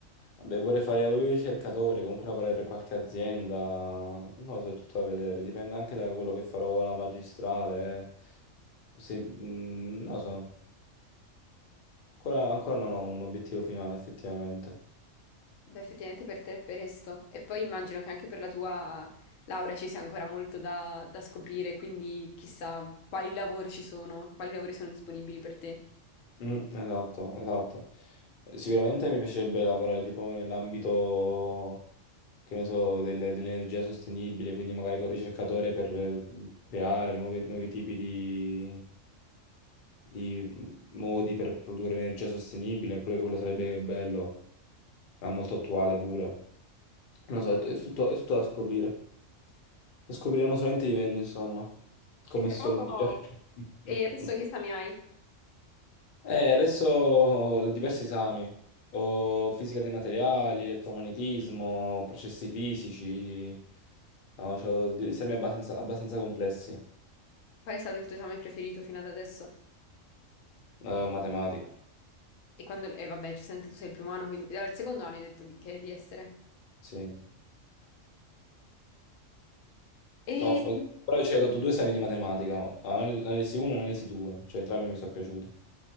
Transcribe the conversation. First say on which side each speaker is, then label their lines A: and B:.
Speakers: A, on the left; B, on the left.
A: Vabbè, vorrei fare un ricercatore, comunque lavorare per qualche azienda. Non lo so, è tutto da vedere. Dipende anche da quello che farò alla magistrale. eh. Se- mm, non lo so. Ancora, ancora non ho un obiettivo finale, effettivamente.
B: Beh, effettivamente per te è presto. E poi immagino che anche per la tua laurea ci sia ancora molto da, da scoprire, quindi chissà quali lavori ci sono, quali lavori sono disponibili per te.
A: Mm, esatto, esatto. Eh, Sicuramente mi piacerebbe lavorare tipo nell'ambito. che ne so, del- dell'energia sostenibile, quindi magari con il ricercatore per eh, creare nuovi, nuovi tipi di, di modi per produrre energia sostenibile, pure quello sarebbe bello, ma molto attuale pure. Non lo so, è, è tutto, è tutto da scoprire. Lo scopriremo solamente vivendo, insomma, come
B: E tra
A: si
B: poco...
A: suol dire. <laughs>
B: E adesso che esami hai?
A: Eh, adesso ho diversi esami, ho fisica dei materiali, elettromagnetismo, processi fisici, no, c'ho degli esami abbastanza, abbastanza complessi,
B: Qual è stato il tuo esame preferito fino ad adesso?
A: eh, matematica,
B: E quando... E vabbè, giustamente tu sei il primo anno, quindi al secondo anno hai detto di, che di essere.
A: sì.
B: E...
A: No, fo- però ci ho dato due esami di matematica, anal- analisi 1 e analisi 2, cioè entrambi mi sono piaciute.